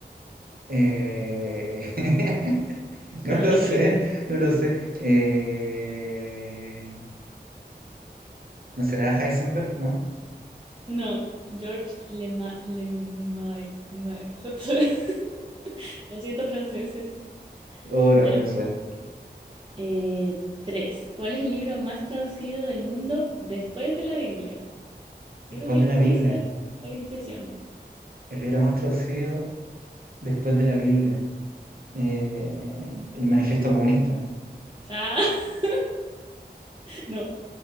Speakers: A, on the right; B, on the right.
A: Eh, <laughs>
B: Yo
A: No
B: no
A: lo
B: tengo
A: sé,
B: ni idea.
A: no lo sé. Eh, ¿No será Heisenberg, no?
B: No, George Lema, Lemay, Ma- <laughs> Lo siento, franceses.
A: Oh,
B: Ya.
A: no, no me suena.
B: Eh, tres. ¿Cuál es el libro más traducido del mundo después de la Biblia? Yo
A: Después
B: creo que igual
A: de la
B: podéis
A: Biblia.
B: saber por intuición.
A: El libro más traducido después de la Biblia. Eh, el Manifiesto Comunista.
B: Ah, <laughs> no.